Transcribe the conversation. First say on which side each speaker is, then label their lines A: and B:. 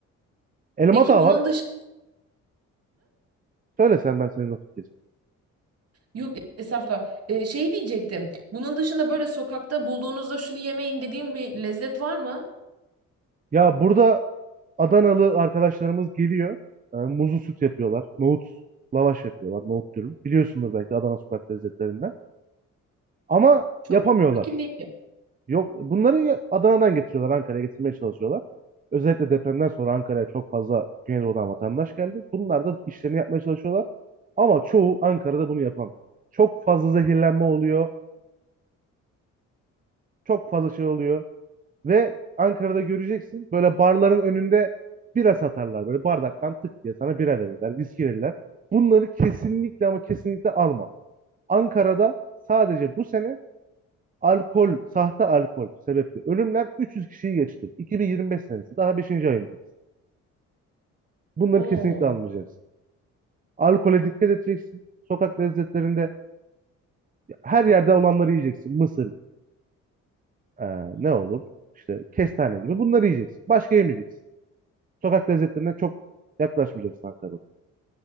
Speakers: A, on the right; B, on the right.
A: Elma
B: Peki
A: Dağı
B: bunun
A: var. Evet.
B: dışında
A: Söyle sen ben senin vakit geçireyim.
B: yok estağfurullah E, şey diyecektim. Bunun dışında böyle sokakta bulduğunuzda şunu yemeyin dediğim bir lezzet var mı?
A: Ya burada Adanalı arkadaşlarımız geliyor. E, muzlu süt yapıyorlar. Nohut lavaş yapıyorlar. Nohut dürüm. Biliyorsundur belki Adana sokak lezzetlerinden. Ama
B: Çok
A: yapamıyorlar.
B: hakim değilim.
A: Yok, bunları ya- Adana'dan getiriyorlar. Ankara'ya getirmeye çalışıyorlar. Özellikle depremden sonra Ankara'ya çok fazla Güneydoğu'dan vatandaş geldi. Bunlar da işlerini yapmaya çalışıyorlar. Ama çoğu Ankara'da bunu yapamıyor. Çok fazla zehirlenme oluyor. Çok fazla şey oluyor. Ve Ankara'da göreceksin böyle barların önünde bira satarlar. Böyle bardaktan tık diye sana bira verirler, viski verirler. Bunları kesinlikle ama kesinlikle alma. Ankara'da sadece bu sene alkol, sahte alkol sebeple ölümler 300 kişiyi geçti. 2025 senesi daha beşinci ayındayız. Bunları
B: Oo.
A: kesinlikle almayacaksın. Alkole dikkat edeceksin. Sokak lezzetlerinde her yerde olanları yiyeceksin. Mısır, e, ne olur? İşte kestane gibi bunları yiyeceksin. Başka yemeyeceksin. Sokak lezzetlerine çok yaklaşmayacaksın Ankara'da.